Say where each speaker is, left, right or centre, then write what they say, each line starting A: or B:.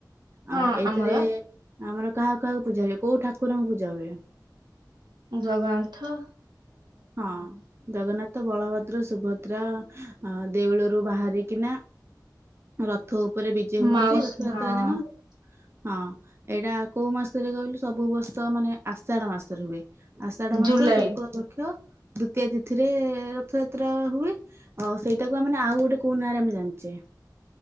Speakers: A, on the right; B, on the right.
A: ହଁ
B: ଆଉ ଏଇଥିରେ-ଏ-ଏ
A: ଆମର
B: ଆମର କାହାକୁ କାହାକୁ ପୂଜା ହୁଏ, କୋଉ ଠାକୁରଙ୍କୁ ପୂଜା ହୁଏ?
A: ଜଗାଆନ୍ଥ।
B: ହଁ ଜଗନ୍ନାଥ, ବଳଭଦ୍ର, ସୁଭ୍ ଅଦ୍ରା ଆ ଦେଉଳରୁ ବାହାରିକିନା ର ଥ ଉପରେ ବିଜେ ହୁଅନ୍ତି
A: ମାଉସ
B: ରଥଯାତ୍ରା
A: ହଁ
B: ଦିନ। ହଁ ଏଇଟା କୋଉ ମାସରେ କହିଲୁ ସବୁ ବର୍ଷ ମାନେ ଆଷାଢ ମାସରେ ହୁଏ। ଆଷାଢ ମାସ
A: ଜୁଲାଇ
B: ଶୁକ୍ଳ ପକ୍ଷ ଦ୍ଵିତୀୟା ତିଥିରେ-ଏ-ଏ-ଏ ରଥଯାତ୍ରା ହୁଏ। ଆଉ ସେଇଟାକୁ ଆ ମାନେ ଆଉ ଗୋଟେ କୋଉ ନାଁରେ ଆମେ ଜାଣିଛେ